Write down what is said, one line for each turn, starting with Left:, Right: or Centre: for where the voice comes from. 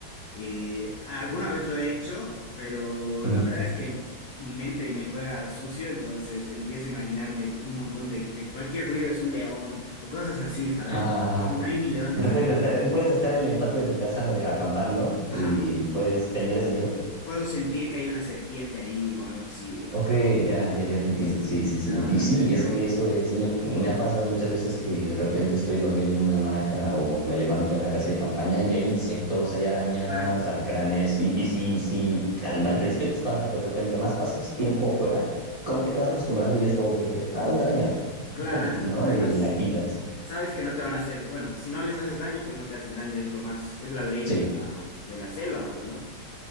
Left: Eh, alguna vez lo he hecho, pero
Right: Ujú.
Left: la verdad es que mi mente me juega sucio, entonces empiezo a imaginarme un montón de que cualquier ruido es un león o cosas así, ¿sabes?
Right: Ajá,
Left: Cuando
Right: ajá.
Left: no hay ni leones
Right: O sea,
Left: acá.
Right: puedes estar, puedes estar en el patio de tu casa de- acampando y
Left: Ajá,
Right: puedes tener ese miedo.
Left: puedo sentir que hay una serpiente ahí o algo así, digamos.
Right: Ok,
Left: Sí,
Right: ya, ya, ya
Left: sí,
Right: te entiendo.
Left: sí, sí,
Right: Sí, sí, sí.
Left: me da
Right: sí.
Left: bastante
Right: Y sí,
Left: terror.
Right: es que eso es, no- me ha pasado muchas veces que de repente estoy dormido en una hamaca o me levanto en la casa de campaña y hay insectos, hay arañas,
Left: Claro,
Right: alacranes. Y, y sí, sí, al, al principio te espanta, pero que entre más pasas tiempo afuera, como que te vas acostumbrando y es como que, ah, una araña,
Left: claro.
Right: pum, ¿no?
Left: Además,
Right: Y la quitas.
Left: sabes que no te van a hacer, bueno, si no les haces daño, pues no te hacen daño, es lo más, es la ley
Right: Sí.
Left: de la, de la selva, pues, ¿no?